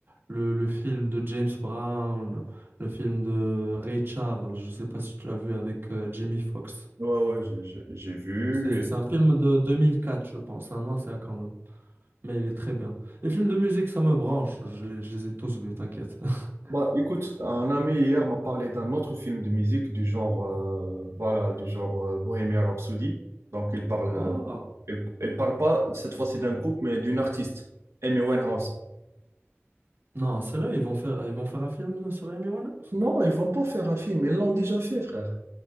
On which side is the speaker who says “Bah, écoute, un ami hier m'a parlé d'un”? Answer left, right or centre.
Right